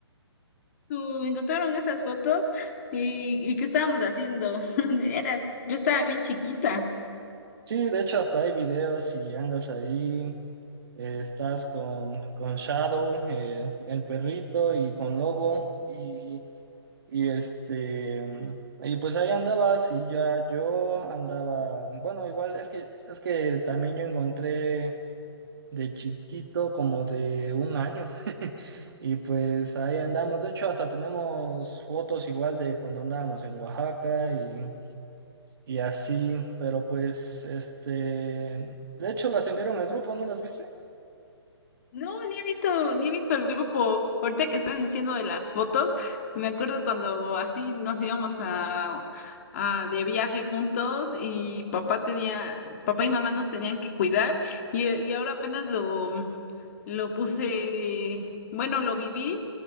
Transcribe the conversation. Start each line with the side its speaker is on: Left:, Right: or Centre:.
Left: ¿Tú encontraron esas fotos? ¿Y, y qué estábamos haciendo? <laughs> Era, yo estaba bien chiquita.
Right: Sí, de hecho hasta hay videos y andas ahí, eh, estás con, con Shadow, eh, el perrito y con Lobo y, y este... mm, Y pues ahí andabas y ya yo andaba, bueno, igual es que es que también yo encontré de chiquito, como de un año. Y pues ahí andamos. De hecho, hasta tenemos fotos igual de cuando andábamos en Oaxaca y, y así. Pero pues, este, de hecho las enviaron al grupo, ¿no las viste?
Left: No, ni he visto, ni he visto el grupo. Ahorita que estás diciendo de las fotos, me acuerdo cuando así nos íbamos a, a de viaje juntos y papá tenía, papá y mamá nos tenían que cuidar y, y ahora apenas lo, lo puse, bueno, lo viví,